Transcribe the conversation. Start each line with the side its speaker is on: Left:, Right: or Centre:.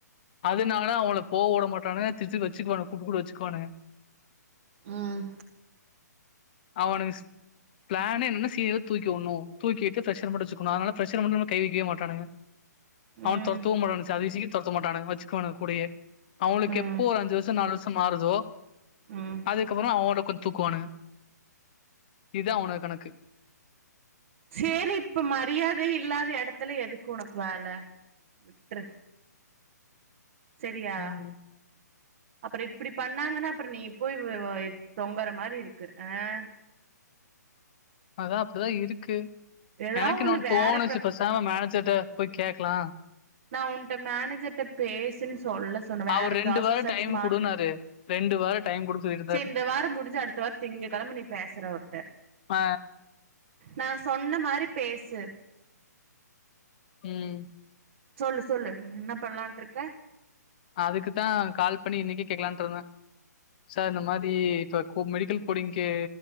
Left: அதுனால அவங்கள போக விட மாட்டானுக திருப்பி வச்சுக்குவானும் கூப்ட்டு கூப்ட்டு வச்சுக்குவானுக
Right: உம்
Left: அவனுங்க பிளானே என்னன்னா சீனியர தூக்கி விடணும் தூக்கிட்டு ஃப்ரஷர மட்டு வச்சுக்கணும் அதனால ஃப்ரஷர மட்டும் கைவைக்கவே மாற்றானுக அவன்
Right: ம்
Left: தொரத்தவும் மாட்டானுக சதீசுக்கு தொரத்தவு மாட்டானுங்க வச்சுக்குவாணு கூடயே அவங்களுக்கு
Right: ம்
Left: எப்போ ஒரு அஞ்சு வருஷம் நாலு வருஷம் மாறுதோ
Right: ம்
Left: அதுக்கப்புறம் அவனோட கொஞ்சம் தூக்குவானுக இதான் அவனுவ கணக்கு
Right: சேரி இப்ப மரியாதை இல்லாத இடத்துல எதுக்கு உனக்கு வேல விட்டுரு சரியா
Left: ம்.
Right: அப்புறம் இப்படி பண்ணாங்கன்னா அப்புறம் நீ போய் தொங்குற மாதிரி இருக்கு அஹ்
Left: அதான் அப்படிதான் இருக்கு
Right: ஏதா
Left: எனக்கு
Right: ஒண்ணு
Left: இன்னொன்னு
Right: வேற
Left: தோணுச்சு பேசாம மேனேஜர்ட்ட போய் கேக்கலாம்
Right: நான் உன்ட்ட மேனேஜர்ட்ட பேசுன்னு சொல்ல சொன்னேன் வேற
Left: அவரு
Right: ப்ராசஸ்ச்சும்
Left: வாரம் டைம்
Right: மாத்திக்கணும்
Left: குடுன்னாரு. வாரம் டைம் குடுக்க சொல்லிருந்தாரு.
Right: சரி இந்த வாரம் முடிஞ்சு அடுத்த வாரம் திங்க கிழம நீ பேசுற அவிர்ட்ட
Left: அ
Right: நான் சொன்ன மாதிரி பேசு
Left: உம்
Right: சொல்லு சொல்லு என்ன பண்ணலான்ட்டு இருக்க
Left: அதுக்குதான் கால் பண்ணி இன்னைக்கே கேக்கலான்ட்டு இருந்தேன் சார் இந்த மாரி இப்ப கூப் மெடிக்கல் கோடிங்க்கு